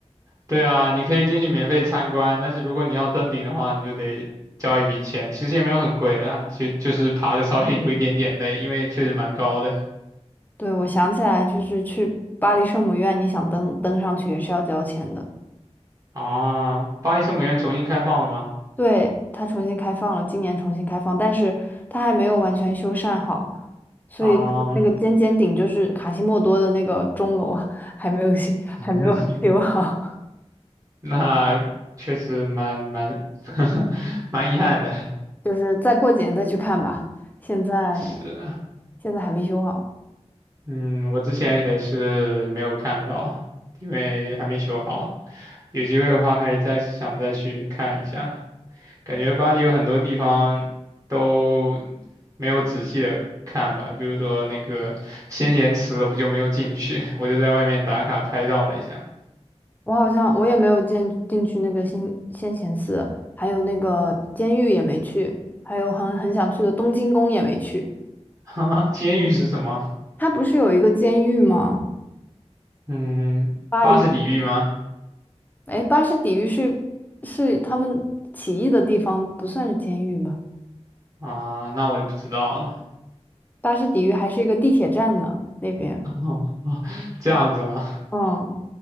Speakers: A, on the right; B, on the left.
A: 对啊，你可以进去免费参观，但是如果你要登顶的话，你就得交一笔钱，其实也没有很贵啦，就就是爬的稍微有一点点累，因为确实蛮高的。
B: 对，我想起来，就是去巴黎圣母院，你想登登上去也是要交钱的。
A: 啊，巴黎圣母院重新开放了吗？
B: 对，它重新开放了，今年重新开放，但是它还没有完全修缮好，所以
A: 啊，
B: <laughs> 它的那个尖尖顶就是卡西莫多的那个钟楼啊还没有修，
A: <laughs>
B: 还没有 <laughs> 修好，
A: 那确实蛮蛮 <laughs> 蛮遗憾的，
B: <laughs> 就是再过几年再去看吧。现在
A: 是，
B: 现在还没修好。
A: 嗯，我之前也是没有看到，因为还没修好，有机会的话还是再想再去看一下。感觉巴黎有很多地方都没有仔细的看吧，比如说那个先贤祠，我就没有进去，我就在外面打卡拍照了一下。
B: 我好像我也没有进进去那个先先贤寺，还有那个监狱也没去，还有很很想去的东京宫也没去。
A: 啊，监狱是什么？
B: 它不是有一个监狱吗？
A: 嗯，
B: 巴黎，
A: 巴士底狱吗？
B: 哎，巴士底狱是是他们起义的地方，不算是监狱吧？
A: 啊，那我就不知道了。<laughs>
B: 巴士底狱还是一个地铁站呢，那边。
A: 哦哦，这样子吗？
B: 嗯，